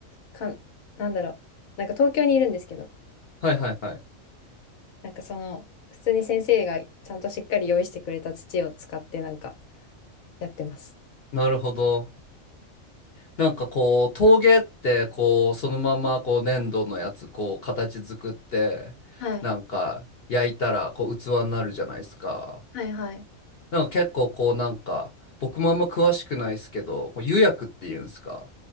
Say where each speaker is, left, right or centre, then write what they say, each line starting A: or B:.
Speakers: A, on the left; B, on the left.
A: か、なんだろう。なんか東京にいるんですけど、
B: はいはいはい。
A: なんかその、普通に先生がちゃんとしっかり用意してくれた土を使ってなんかやってます。
B: なるほど。なんかこう陶芸ってこうそのままこう粘土のやつこう形作ってなんか焼いたらこう器になるじゃないですか。
A: はい。はいはい。
B: なんか結構こうなんか、僕もあんま詳しくないですけど、こう釉薬っていうんですか。